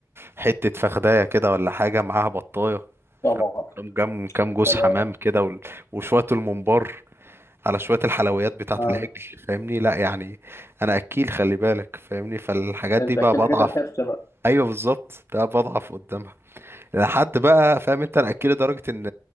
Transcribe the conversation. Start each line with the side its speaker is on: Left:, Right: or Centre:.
Right: حتة فخداية كده ولا حاجة معاها بطاية فاهم؟
Left: طبعا
Right: كام كام كام
Left: يا
Right: جوز
Left: سلام
Right: حمام كده وال- وشوية الممبار على شوية الحلويات بتاعة
Left: آه.
Right: العجل فاهمني لا يعني أنا أكيل خلي بالك فاهمني فالحاجات
Left: انت
Right: دي بقى
Left: اكل
Right: بضعف
Left: حاجات الحرشه بقى
Right: أيوه بالظبط ده بضعف قدامها لحد بقى فاهم أنت أنا أكيل لدرجة إن